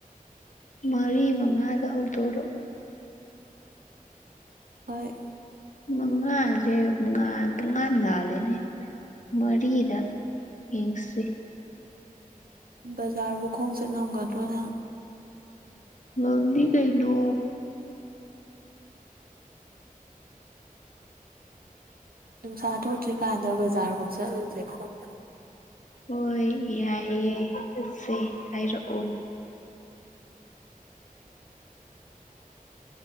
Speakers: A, on the left; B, on the right.
A: ꯃꯔꯤ ꯃꯉꯥꯗ ꯍꯧꯗꯣꯔꯛꯑꯣ
B: ꯍꯣꯏ
A: ꯃꯪꯉꯥꯁꯦ ꯄꯪ ꯄꯨꯡꯉꯥ ꯒꯥꯥꯂꯦꯅꯦ ꯃꯔꯤꯗ ꯌꯦꯡꯁꯤ
B: ꯕꯖꯥꯔꯕꯨ ꯈꯣꯡꯁꯦ ꯉꯝꯒꯗ꯭ꯔꯣꯅꯦ
A: ꯉꯅꯤ ꯀꯩꯅꯩꯅꯣ
B: ꯅꯨꯡꯁꯥ ꯊꯣꯛꯇ꯭ꯔꯤꯀꯥꯟꯗ ꯕꯖꯥꯔꯐꯥꯎ ꯆꯠꯂꯨꯁꯦ ꯈꯣꯡꯕ
A: ꯍꯣꯏ ꯌꯥꯏꯌꯦꯦ ꯁ ꯍꯥꯏꯔꯛꯑꯣ